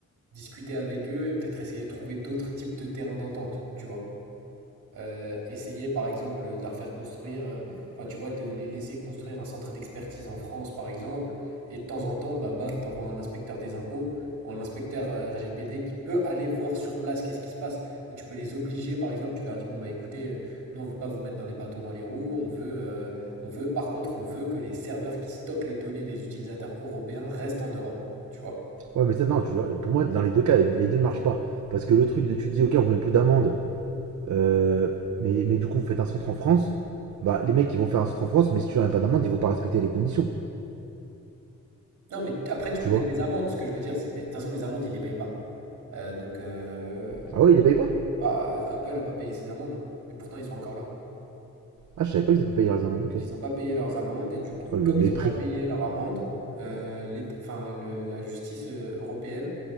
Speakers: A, on the right (about 85°); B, on the right (about 75°).
A: discuter avec eux et peut-être essayer de trouver d'autres types de terrains d'entente, tu vois. Euh, essayer par exemple de leur faire construire, euh, enfin tu vois, de les laisser construire un centre d'expertise en France par exemple, et de temps en temps, bah bam, t'envoies un inspecteur des impôts ou un inspecteur euh, RGPD qui peut aller voir sur place qu'est-ce qui se passe, ou tu peux les obliger par exemple, tu leur dis bon bah écoutez, euh, nous on veut pas vous mettre dans les bâtons dans les roues, on veut, euh, on veut, par contre on veut que les serveurs qui stockent les données des utilisateurs européens restent en Europe, tu vois.
B: Ouais, mais ça, non, tu vois, pour moi, dans les deux cas, les, deux ne marchent pas. Parce que le truc de tu dis, ok, on vous met plus d'amende, euh, mais, mais du coup, vous faites un centre en France. Bah, les mecs, ils vont faire un centre en France, mais si tu leur as pas d'amende, ils vont pas respecter les conditions,
A: Non mais t- après tu
B: tu
A: peux mettre
B: vois.
A: des amendes, ce que je veux dire, c'est, mais de toute façon les amendes ils les payent pas. Euh, donc, euh,
B: Ah ouais, ils les payent pas
A: Bah, euh, Apple a pas payé ses amendes, hein. Et pourtant, ils sont encore là.
B: Ah, je savais pas qu'ils étaient pas payé leurs amendes, ok.
A: Ils n'ont pas payé leurs amendes, et du coup,
B: Oh, le
A: comme
B: mépris.
A: ils n'ont pas payé leur amende, euh, l'État- enfin, le- la justice euh, européenne